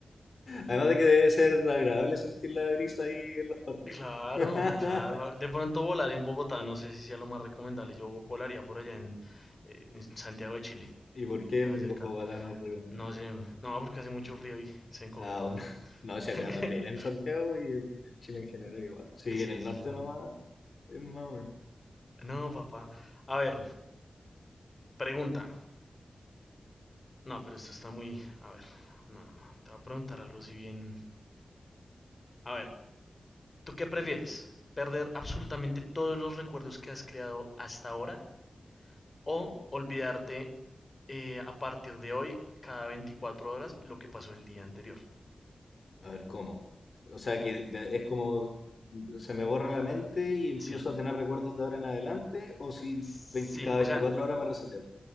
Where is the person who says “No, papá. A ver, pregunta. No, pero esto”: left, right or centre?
Left